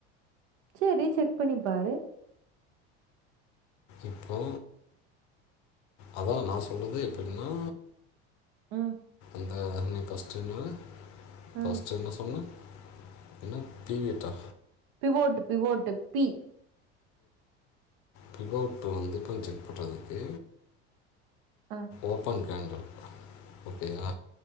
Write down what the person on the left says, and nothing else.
இப்போ அதா நான் சொல்றது எப்டின்னா
அந்த அ ஃபஸ்ட்னா ஃபஸ்ட்
என்ன சொன்ன என்ன பிவிட்டா
பிவோட் வந்துப் செக் படுறதுக்கு
ஓப்பன் கேண்டல் ஓகேயா